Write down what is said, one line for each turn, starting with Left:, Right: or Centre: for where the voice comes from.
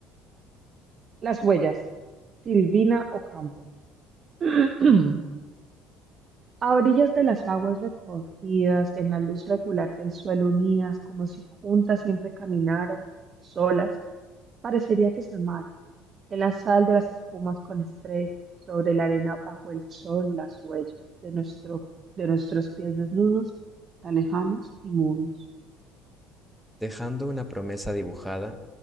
Right: Las huellas, Silvina Ocampo. <clears throat> A orillas de las aguas recogidas, en la luz regular del suelo unidas, como si juntas siempre caminaran, solas, parecería que se amaran. en la sal de las espumas con estrellas, sobre la arena bajo el sol, las huellas de nuestro, de nuestros pies desnudos, tan lejanos y mudos.
Centre: Dejando una promesa dibujada,